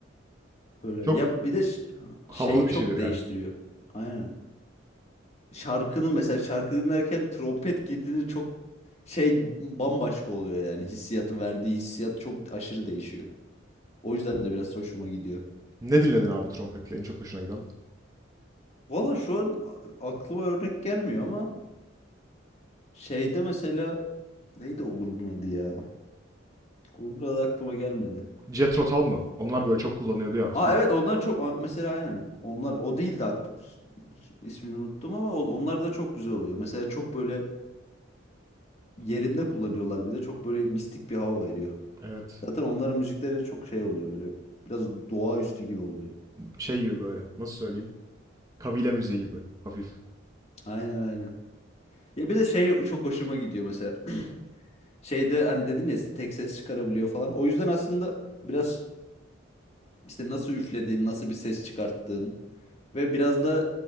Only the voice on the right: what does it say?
Çok
havalı
bir şeydir yani.
Ne dinledin abi trompetle en çok hoşuna giden?
Jethro Tull mı? Onlar böyle çok kullanıyordu ya. flütü.
Evet.
Şey gibi böyle. Nasıl söyleyeyim? Kabile müziği gibi. Hafif.